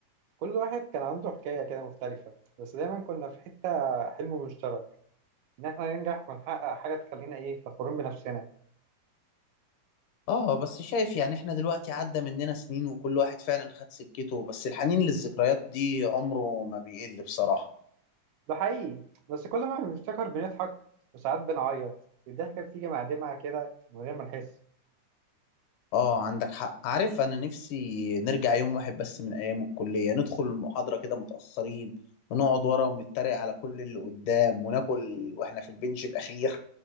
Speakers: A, on the right; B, on the left.
A: كل واحد كان عنده حكاية كده مختلفة بس دايما كنا في حتة حلم مشترك إن إحنا ننجح ونحقق حاجة تخلينا إيه فخورين بنفسنا
B: اه بس شايف يعني احنا دلوقتي عدى مننا سنين وكل واحد فعلا خد سكته بس الحنين للذكريات دي عمره ما بيقل بصراحة
A: ده حقيقي بس كل ما بنفتكر بنضحك وساعات بنعيط الضحكة بتيجي مع دمعة كده من غير ما نحس
B: اه عندك حق عارف انا نفسي نرجع يوم واحد بس من ايام الكلية ندخل المحاضرة كده متأخرين ونقعد ورا ونتريق على كل اللي قدام وناكل واحنا في البنج الاخير